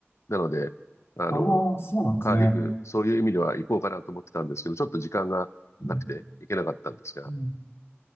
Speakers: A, on the left (about 80°); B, on the left (about 65°).
A: なので、あの、
B: ああ、そうなんですね。
A: カーディフ、そういう意味では行こうかなと思ってたんですけど、ちょっと時間がなくて行けなかったんですが。
B: うんうん